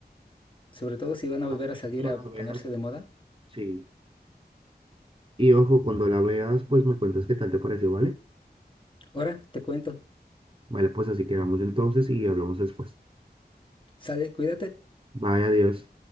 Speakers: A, on the left; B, on the right.
A: Sobre todo si van
B: Ah,
A: a volver a salir
B: Cuando
A: a
B: la
A: ponerse
B: veas,
A: de moda.
B: sí. Y ojo, cuando la veas, pues me cuentas qué tal te pareció, ¿vale?
A: Ahora, te cuento,
B: Vale, pues así quedamos entonces y hablamos después.
A: sale, cuídate.
B: Vaya Dios.